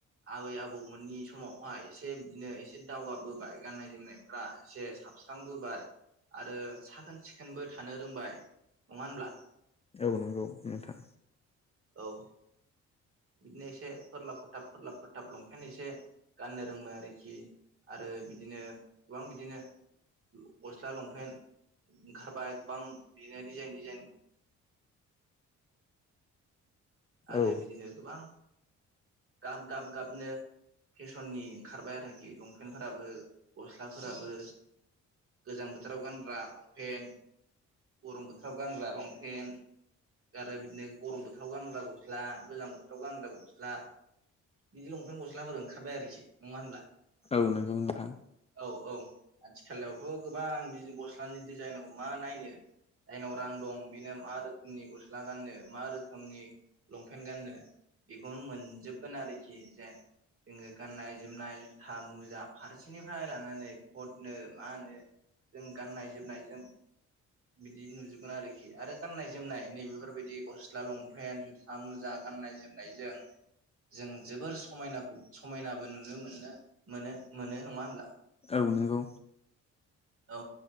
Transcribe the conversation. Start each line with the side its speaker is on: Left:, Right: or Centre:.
Right: आबै आबौमोननि समावहाय एसे बिदिनो एसे दावगाबोबाय गाननाय जोमनाय फ्रा एसे साबस्रांबोबाय आरो साखोन सिखोनबो थानो रोंबाय नङा होनब्ला
Left: औ नंगौ नोंथां
Right: औ बिदिनो एसे फोरलाब फथाब फोरलाब फोथाब लंफेन एसे गाननो रोंबाय आरोखि आरो बिदिनो गोबां बिदिनो गस्ला लंपेन्ट ओंखारबाय गोबां बिदिनो डिजाइन डिजाइन आरो
Left: औ
Right: बिदिनो गोबां गाब गाब गाबनो फेसननि ओंखारबाय आरोखि लंपेन्टफोराबो ग'स्लाफोराबो गोजां बोथोराव गानग्रा लंफेन्ट गरम बोथोराव गानग्रा लंफेन्ट आरो बिदिनो गरम बोथोराव गानग्रा गस्ला गोजां बोथोराव गानग्रा ग'स्ला बिदि लंफेन ग'स्लाफोर ओंखारबाय आरोखि नङा होनब्ला
Left: औ नोंगौ नोंथां
Right: औ औ आथिखालायावथ' गोबां बिदि ग'स्लानि डिजाइन मा नायनो जायनाव रां दं बिनो मा रोखोमनि ग'स्ला गाननो मा रोखोमनि लंफेन्ट गाननो बेखौनो मोनजोबगोन आरोखि जेन जोङो गाननाय जोमनाय जुथा मुजा फारसेनिफ्राय लानानै कटनो मा होनो जों गाननाय जोमनायजों बिदि नुजोबगोन आरोखि आरो गाननाय जोमनाय नैबेफोरबायदि ग'स्ला लंफेन्ट ओ मुजा गाननाय जोमनायजों जों जोबोर समायनाखौ समायनाबो नुनो मोननो मोनो मोनो नङा होनब्ला
Left: औ नोंगौ
Right: औ